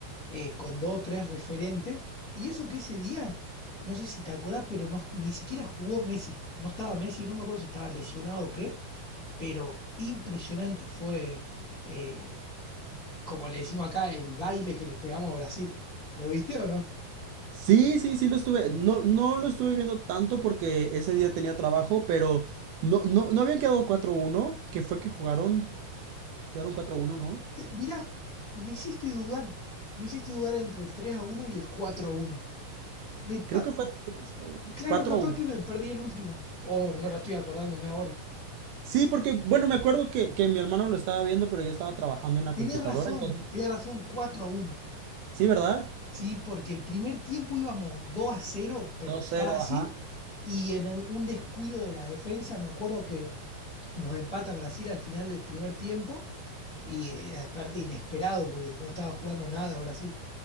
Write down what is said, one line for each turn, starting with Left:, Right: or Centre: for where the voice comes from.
Left: eh, con dos o tres referentes. Y eso que ese día, no sé si te acordás, pero no, ni siquiera jugó Messi. No estaba Messi, no me acuerdo si estaba lesionado o qué, pero impresionante fue, eh, como le decimos acá, el baile que le pegamos a Brasil. ¿Lo viste o no?
Right: Sí, sí, sí lo estuve, no, no lo estuve viendo tanto porque ese día tenía trabajo, pero no, no, no habían quedado 4 uno, que fue que jugaron, quedaron 4 uno, ¿no?
Left: Te- Mirá, me hiciste dudar. Me hiciste dudar entre el 3 a uno y el 4 a uno. Me pa-
Right: Creo que fue 3-1,
Left: claro,
Right: 4-1.
Left: capaz que me perdí el último. Oh, no lo estoy acordándome ahora.
Right: Sí, porque, bueno, me acuerdo que, que mi hermano lo estaba viendo, pero yo estaba trabajando en la
Left: Tenés
Right: computadora,
Left: razón,
Right: entonces,
Left: tenés razón, 4 a uno.
Right: sí, verdad
Left: Sí, porque el primer tiempo íbamos 2 a cero, pero
Right: Dos
Left: fácil.
Right: cero, ajá.
Left: Y en un descuido de la defensa, me acuerdo que nos empata Brasil al final del primer tiempo. Y eh, aparte inesperado, porque no estaba jugando nada Brasil.